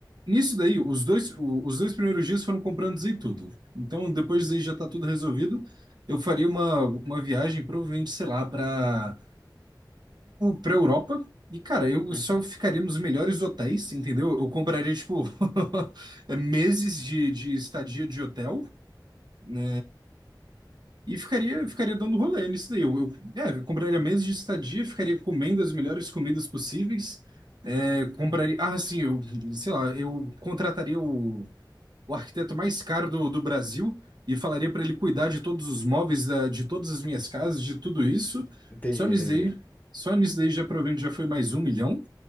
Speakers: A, on the right; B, on the left.
A: nisso daí, os dois, o- os dois primeiros dias foram comprando e tudo. Então, depois daí já tá tudo resolvido. Eu faria uma, uma viagem, provavelmente, sei lá, para para Europa. E, cara, eu
B: uhum.
A: só ficaria nos melhores hotéis, entendeu? Eu compraria, tipo, <laughs> meses de, de estadia de hotel. né? E ficaria, ficaria dando rolê nisso daí. Eu, eu, é, eu compraria meses de estadia, ficaria comendo as melhores comidas possíveis. É, compraria. Ah, sim, eu, sei lá, eu contrataria o, o arquiteto mais caro do, do Brasil e falaria para ele cuidar de todos os móveis, da, de todas as minhas casas, de tudo isso.
B: Entendi,
A: Só nisso
B: entendi.
A: daí, só nisso daí já provavelmente já foi mais um milhão.